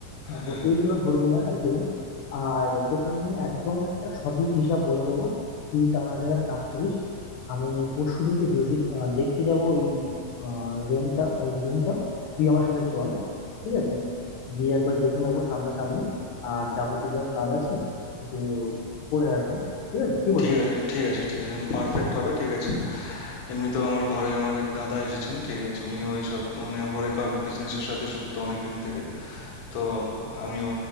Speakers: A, on the left; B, on the left.
A: হ্যাঁ
B: হ্যাঁ
A: তো এইগুলো ধরবি না একদমই আর তোকে আমি একদম একটা সঠিক হিসাব বলে দেবো তুই তার আগে একটা কাজ করিস আমি পরশু দিনকে ভিজিট দেখতে যাব ওই রেন্টটা ওই রুমটা তুই আমার সাথে চল ঠিক আছে গিয়ে একবার দেখে নেবো সামনাসামনি আর যাবতীয় যা কাজ আছে একটু করে আসবো ঠিক আছে কি বলিস
B: ঠিক আছে ঠিক আছে ঠিক আছে একদম পারফেক্ট হবে ঠিক আছে এমনিতেও আমার ঘরে আমার এক দাদা এসেছেন ঠিক আছে উনিও এইসব মানে হরেকা বিজনেসের সাথে যুক্ত অনেক দিন থেকে তো আমিও